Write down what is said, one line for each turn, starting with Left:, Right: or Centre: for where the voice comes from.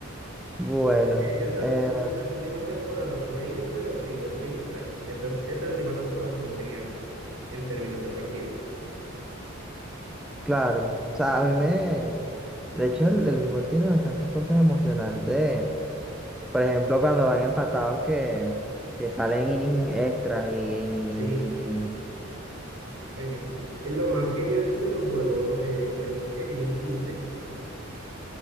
Centre: Bueno,
Right: De hecho, esta,
Centre: eh,
Right: en las últimas temporadas no he ido, pero sí los vi. O sea, esta, esta última temporada estuvo genial en términos de partido.
Centre: claro. O sea, a mí me... De hecho, el, el béisbol tiene bastantes cosas emocionantes. Por ejemplo, cuando van empatados que, que salen innings extras y inning,
Right: Sí, oye, lo más que yo he visto en un juego eh, es el inning quince